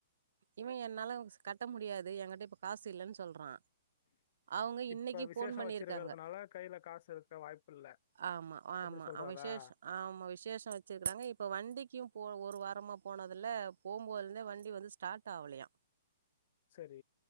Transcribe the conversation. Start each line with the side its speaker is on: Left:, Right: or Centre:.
Right: இவ என்னால கட்ட முடியாது எங்கிட்ட இப்ப காசு இல்லன் சொல்றா அவுங்க இன்னைக்கி
Left: இப்ப
Right: ஃபோன்
Left: விசேஷம்
Right: பண்ணிருக்காங்க
Left: வச்சிருக்கிறதுனால கையில காசு இருக்க வாய்ப்பு இல்ல
Right: ஆமா ஆமா
Left: அப்படி சொல்றாரா
Right: அ விசேஷ ஆமா விசேஷ வச்சுருக்குறாங்க இப்ப வண்டிக்கு போல ஒரு வாரமா போனதுல போம்போதுலந்தே வண்டி வந்து ஸ்டார்ட் ஆவலயா
Left: சரி